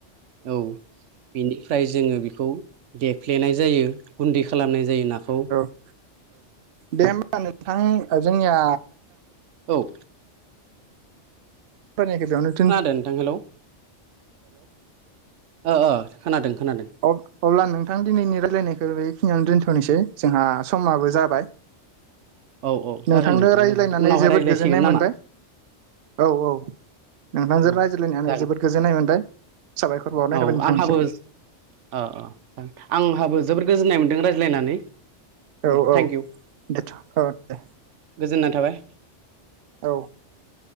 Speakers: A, on the right (about 80°); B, on the right (about 60°).
A: औ बेनिफ्राय जोंङो बेखौ देफ्लेनाय जायो। गुन्दै खालामनाय जायो नाखौ।
B: औ दे होमबा नोंथां जोंनिया
A: औव
B: फोरानि खोव बेनो
A: खोनादों नोंथां हेल'? अ अ खोनादों खोनादों।
B: अब्ला नोंथां दिनैनि रायलायनायखौ बेखिनियावानो दोनथ'नोसै जोंहा समाबो जाबाय।
A: औ औ जागोन
B: नोंथांनो
A: नोंथां
B: रायज्लायनानै
A: जागोन उनावहाय
B: जोबोद
A: रायज्लायसिगोन
B: गोजोननाय
A: नामा
B: मोनबाय। औ औ नोंथांजों
A: औ
B: रायज्लायनानै
A: जागोन
B: जोबोद गोजोननाय मोनबाय। साबायखर बावरनाय
A: औ
B: थाबाय नोंथांनिसिम।
A: आंहाबो अ अ ज आंहाबो जोबोर गोजोननाय मोन्दों रायज्लायनानै। दे
B: औ
A: थेंक
B: औ
A: इउ
B: दोनथ' औ दे
A: गोजोननाय थाबाय
B: औ।